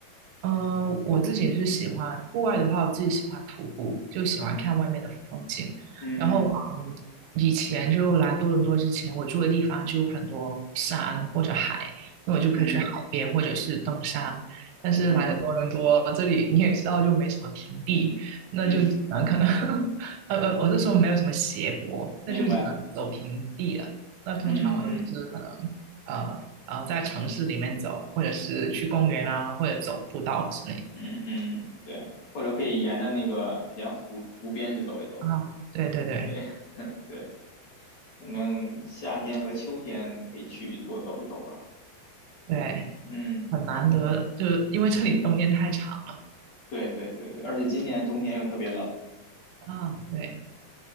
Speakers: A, on the right (about 80°); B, on the left (about 45°).
A: 呃，我自己是喜欢户外的话，我自己喜欢徒步，就喜欢看外面的风景。
B: 嗯
A: 然后，嗯，以前就来多伦多之前，我住的地方就有很多山或者海，那我就可以去海边或者是登山。
B: 嗯
A: 但是来了多伦多，
B: 嗯
A: 这里你也知道，就没什么平地，那就只能可能，
B: 嗯，
A: <laughs> 呃呃，我是说没有什么斜坡，
B: 明白。
A: 那就只能走平地了。那通常我都是可能。
B: 嗯嗯。
A: 呃呃在城市里面走，或者是去公园啊，或者走步道之类
B: 嗯嗯，对，或者可以沿着那个沿湖湖边去走一走，
A: 的啊。对对对
B: 对对，反正夏天和秋天可以去多走一走吧。
A: 对，
B: 嗯，
A: 很难得，就因为这里冬天太长了
B: 对对对对，而且今年冬天又特别冷，
A: 啊。对，